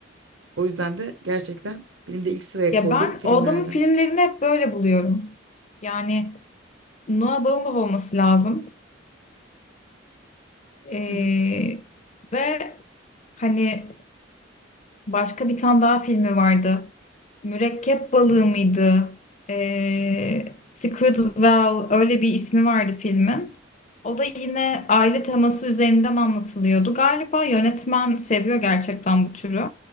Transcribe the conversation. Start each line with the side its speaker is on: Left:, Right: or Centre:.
Right: O yüzden de gerçekten benim de ilk sıraya
Left: Ya
Right: koyduğum
Left: ben
Right: filmlerden.
Left: o adamın filmlerini hep böyle buluyorum. Yani Noah Baumbach olması lazım. Ee,
Right: Hı hı.
Left: ve hani Başka bir tane daha filmi vardı. Mürekkep balığı mıydı? Ee, Squid Well öyle bir ismi vardı filmin. O da yine aile teması üzerinden anlatılıyordu. Galiba yönetmen seviyor gerçekten bu türü.